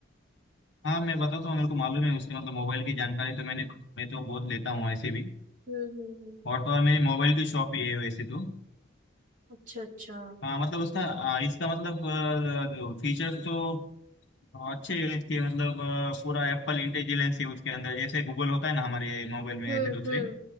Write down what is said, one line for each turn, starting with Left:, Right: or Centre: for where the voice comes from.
Left: हाँ मैं बताता हूँ मेरे को मालूम है उसके मतलब मोबाइल की जानकारी तो मैंने मैं तो बहुत लेता हूँ ऐसे भी
Right: हम्म हम्म हम्म
Left: और तो और मेरी मोबाइल की शॉप ही है वैसे तो
Right: अच्छा अच्छा
Left: हाँ मतलब उसका आ, इसका मतलब फीचर्स तो हाँ, अच्छे इसके मतलब अ, पूरा एप्पल इंटेलिजेंस है उसके अंदर जैसे गूगल होता है ना हमारे मोबाइल में
Right: हम्म
Left: ऐसे दूसरे
Right: हम्म